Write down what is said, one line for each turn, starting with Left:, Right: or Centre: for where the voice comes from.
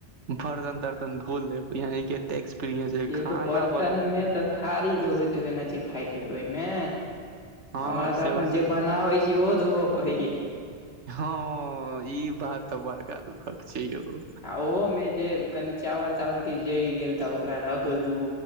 Right: बरतन- तरतन धो लेब यानि कि ऐतेक एक्सपीरियंस ऐ
Left: यौ
Right: खाना
Left: तऽ बर्तन
Right: बनब
Left: मे तऽ थारी धोबैत हेबै ने जे खाइत हेबै ओयमे।
Right: हँ
Left: हमरा तऽ
Right: सेहो
Left: अपन
Right: छै
Left: जे बनाबै छी ओहो धोबऽ पड़ैया।
Right: हँ ई बात तऽ बड़का दुखक छै यौ।
Left: आ ओहोमे जे कनि चावल -तावल किछ जइर गेल तऽ ओकरा रगड़ू।